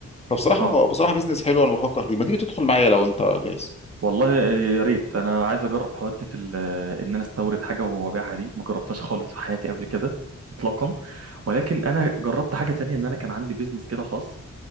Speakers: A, on the left; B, on the right.
A: فبصراحه
B: اه
A: هو بصراحه بيزنس حلو انا بفكر فيه ما تيجي تدخل معايا لو انت جاهز
B: والله يا ريت انا عايز اجرب حته ال- ان انا استورد حاجه وابيعها دي ما جربتهاش خالص في حياتي قبل كده اطلاقا ولكن انا جربت حاجه تانية ان انا كان عندي بيزنس كده خاص